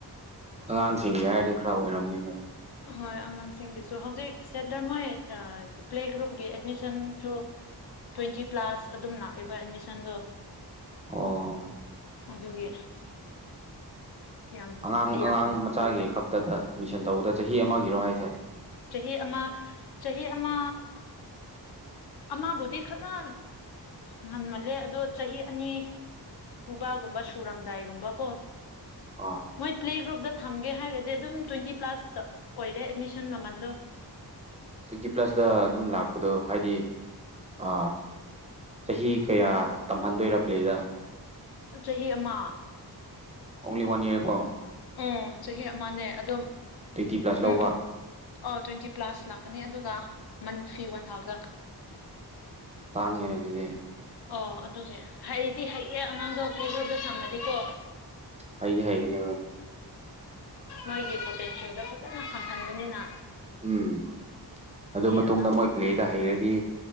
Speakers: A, on the right; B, on the left.
A: ꯑꯉꯥꯡꯁꯤꯡ ꯍꯥꯏꯔꯗꯤ ꯈꯔ ꯑꯣꯏꯔꯝꯅꯤ ꯍꯣꯏ
B: ꯍꯣꯏ ꯑꯉꯥꯡꯁꯤꯡꯒꯤꯁꯨ ꯍꯧꯖꯤꯛ ꯁꯦꯠꯂꯔ ꯃꯣꯏ ꯄ꯭ꯂꯦ ꯒ꯭ꯔꯨꯞꯀꯤ ꯑꯦꯗꯃꯤꯁꯟ ꯁꯨ ꯇ꯭ꯋꯦꯟꯇꯤ ꯄ꯭ꯂꯁ ꯑꯗꯨꯝ ꯂꯥꯛꯑꯦꯕ ꯑꯦꯠꯃꯤꯁꯟꯗꯣ
A: ꯑꯣ
B: ꯑꯗꯨꯒꯤ ꯌꯥꯝ ꯍꯣꯡ
A: ꯑꯉꯥꯡ
B: ꯌꯥꯝ
A: ꯑꯉꯥꯡ ꯃꯆꯥꯒꯤ
B: ꯂꯨꯋꯦ
A: ꯈꯛꯇꯗ ꯃꯤꯁꯟ ꯇꯧꯕꯗ ꯆꯍꯤ ꯑꯃꯒꯤꯔꯣ ꯍꯥꯏꯁꯦ
B: ꯆꯍꯤ ꯑꯃ ꯆꯍꯤ ꯑꯃ ꯑꯃꯕꯨꯗꯤ ꯈꯔ ꯉꯟꯃꯜꯂꯦ ꯑꯗꯣ ꯆꯍꯤ ꯑꯅꯤ ꯁꯨꯕꯒꯨꯝꯕ ꯁꯨꯔꯝꯗꯥꯏꯒꯨꯝꯕꯀꯣ
A: ꯑꯥ
B: ꯃꯣꯏ ꯄ꯭ꯂꯦ ꯒ꯭ꯔꯨꯞꯇ ꯊꯝꯒꯦ ꯍꯥꯏꯔꯗꯤ ꯑꯗꯨꯝ ꯇ꯭ꯋꯦꯟꯇꯤ ꯄ꯭ꯂꯁꯇ ꯑꯣꯏꯔꯦ ꯑꯦꯠꯃꯤꯁꯟ ꯃꯃꯜ ꯗꯣ
A: ꯇ꯭ꯋꯦꯟꯇꯤ ꯄ꯭ꯂꯁꯇ ꯑꯗꯨꯝ ꯂꯥꯛꯄꯗꯣ ꯍꯥꯏꯗꯤ ꯑ ꯆꯍꯤ ꯀꯌꯥ ꯇꯝꯍꯟꯗꯣꯏꯔ ꯄ꯭ꯂꯦꯗ
B: ꯆꯍꯤ ꯑꯃ
A: ꯑꯣꯡꯂꯤ ꯋꯥꯟ ꯏꯌꯔ ꯀꯣ
B: ꯎꯝ ꯆꯍꯤ ꯑꯃꯅꯦ ꯑꯗꯨꯝ
A: ꯇ꯭ꯋꯦꯟꯇꯤ ꯄ꯭ꯂꯁ ꯂꯧꯕ
B: ꯎꯝ ꯑꯣ ꯇ꯭ꯋꯦꯟꯇꯤ ꯄ꯭ꯂꯁ ꯂꯥꯛꯀꯅꯤ ꯑꯗꯨꯒ ꯃꯟ ꯐꯤ ꯋꯥꯟ ꯊꯥꯎꯖꯟ
A: ꯇꯥꯡꯉꯦꯅꯦ ꯑꯗꯨꯗꯤ
B: ꯑꯣ ꯑꯗꯨꯅꯦ ꯍꯩꯗꯤ ꯍꯩꯌꯦ ꯑꯉꯥꯡꯗꯣ ꯄ꯭ꯂꯦꯒ꯭ꯨꯔꯞꯗ <inaudible> ꯊꯝꯃꯗꯤꯀꯣ
A: ꯍꯩꯗꯤ ꯍꯩꯒꯅꯦ ꯍꯣꯏ
B: ꯃꯣꯏꯒꯤ ꯄꯣꯇꯦꯟꯁꯤꯌꯦꯜꯗꯣ <inaudible> ꯐꯖꯅ ꯈꯪꯍꯟꯕꯅꯤꯅ
A: ꯎꯝ ꯑꯗꯨ ꯃꯇꯨꯡꯗ
B: ꯑꯉꯥꯡ
A: ꯃꯣꯏ ꯄ꯭ꯂꯦꯗ ꯍꯩꯔꯗꯤ